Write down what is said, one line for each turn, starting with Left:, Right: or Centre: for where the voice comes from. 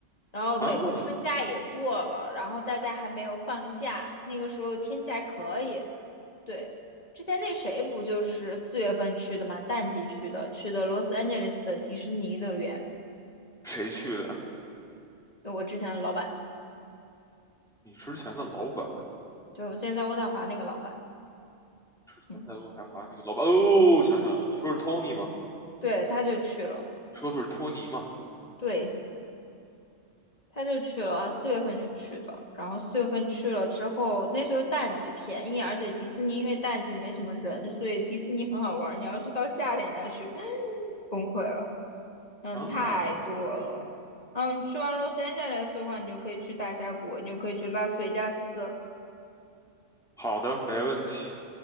Left: 然后美国春假也过了，
Centre: 啊，
Left: 然后大家还没有放假，那个时候天气还可以。对，之前那谁不就是四月份去的嘛，淡季去的，去的 Los Angeles 的迪士尼乐园，
Centre: 谁去的？
Left: 就我之前的老板，
Centre: 你之前的老板，
Left: 就现之前在渥太华那个老板，
Centre: 之前在洛太华那个老板，
Left: 嗯，
Centre: 哦，想起来了，你说是托尼吗？
Left: 对，他就去了，
Centre: 你说的是托尼吗？
Left: 对，他就去了，四月份就去的，然后四月份去了之后，那时候淡季便宜，而且迪士尼因为淡季没什么人，所以迪士尼很好玩，你要是到夏天再去，<laughs> <sucks teeth> 崩溃了。嗯，
Centre: 啊，
Left: 太多了。嗯，你去完洛杉矶斯的话，你就可以去大峡谷，你就可以去拉斯维加斯。
Centre: 好的，没问题。